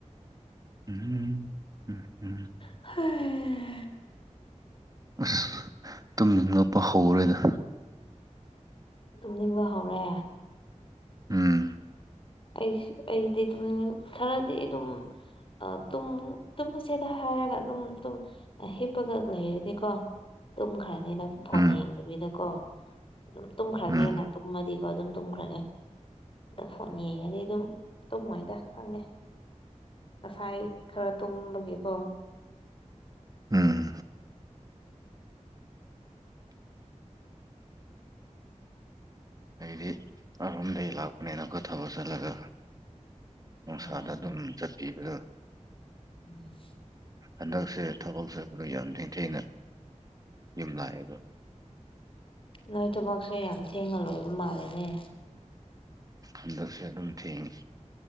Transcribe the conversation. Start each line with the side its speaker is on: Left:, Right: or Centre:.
Right: ꯎꯝ ꯎꯝ ꯎꯝ
Left: ꯍꯥꯏ
Right: ꯑꯁ ꯇꯨꯝꯅꯤꯡꯉꯛꯄ ꯍꯧꯔꯦꯗ
Left: ꯇꯨꯝꯅꯤꯡꯕ ꯍꯧꯔꯦ
Right: ꯎꯝ
Left: ꯑꯩꯁꯨ ꯑꯩꯗꯤ ꯇꯨꯝꯅꯤꯡ ꯈꯔꯥꯗꯤ ꯑꯗꯨꯝ ꯑ ꯇꯨꯝ ꯇꯨꯝꯃꯁꯦꯗ ꯍꯥꯏꯔꯒ ꯑꯗꯨꯝ ꯇꯨꯝ ꯍꯤꯞꯄꯒ ꯂꯩꯔꯗꯤꯀꯣ ꯇꯨꯝꯈ꯭ꯔꯅꯤꯅ ꯐꯣꯟ
Right: ꯎꯝ
Left: ꯌꯦꯡꯗꯕꯤꯗꯀꯣ ꯑꯗꯨꯝ ꯇꯨꯝꯈ꯭ꯔꯥꯒꯦꯅ
Right: ꯎꯝ
Left: ꯇꯨꯝꯃꯗꯤꯀꯣ ꯑꯗꯨꯝ ꯇꯨꯝꯈ꯭ꯔꯅꯤ ꯑꯗ ꯌꯦꯡꯉꯗꯤ ꯑꯗꯨꯝ ꯇꯨꯝꯃꯣꯏꯗ ꯈꯪꯉꯦ ꯉꯁꯥꯏ ꯈꯔꯥ ꯇꯨꯝꯕꯒꯤꯀꯣ
Right: ꯎꯝ ꯑꯩꯗꯤ ꯑꯔꯥꯝꯗꯒꯤ ꯂꯥꯛꯄꯅꯦꯅꯀꯣ ꯊꯕꯛ ꯆꯠꯂꯒ ꯅꯨꯡꯁꯥꯗ
Left: ꯎꯝ
Right: ꯑꯗꯨꯝ ꯆꯠꯄꯤꯕꯗꯣ
Left: ꯎꯝ
Right: ꯍꯟꯗꯛꯁꯦ ꯊꯕꯛ ꯆꯠꯄꯗ ꯌꯥꯝ ꯊꯦꯡ ꯌꯨꯝ ꯂꯥꯛꯏꯕ
Left: ꯅꯣꯏ ꯊꯕꯛꯁꯨꯦ ꯌꯥꯝ ꯊꯦꯡꯅ ꯂꯣꯏꯕ ꯃꯥꯜꯂꯦꯅꯦ
Right: ꯍꯟꯗꯛꯁꯦ ꯑꯗꯨꯝ ꯊꯦꯡꯉꯦ